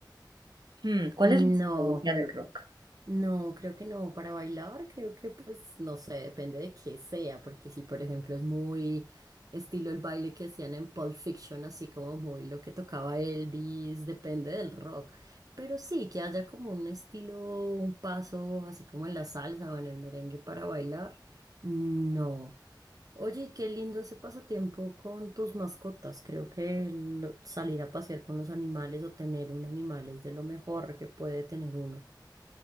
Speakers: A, on the right (about 65°); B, on the right (about 50°).
A: hmm, ¿cuál
B: no,
A: es la psicología del rock?
B: no, creo que no. Para bailar, creo que pues no sé, depende de qué sea, porque si por ejemplo es muy estilo el baile que hacían en Pulp Fiction, así como muy lo que tocaba Elvis, depende del rock. Pero sí, que haya como un estilo, un paso, así como en la salsa o en el merengue para bailar. No. Oye, y qué lindo ese pasatiempo con tus mascotas. Creo que el salir a pasear con los animales o tener un animal es de lo mejor que puede tener uno.